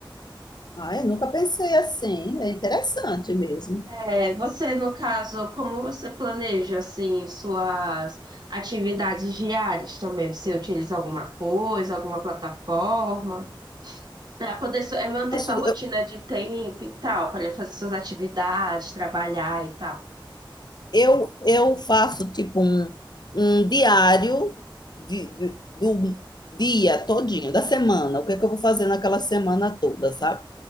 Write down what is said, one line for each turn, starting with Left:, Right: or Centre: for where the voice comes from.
Left: Ah, eu nunca pensei assim, é interessante mesmo.
Right: É, você, no caso, como você planeja, assim, suas atividades diárias também? Você utiliza alguma coisa, alguma plataforma, para poder su- eh, manter
Left: eu gosto,
Right: sua rotina de tempo e tal, para fazer suas atividades, trabalhar e tal.
Left: Eu, eu faço tipo um, um diário de, de- do dia todinho, da semana, o que é que eu vou fazer naquela semana toda, sabe?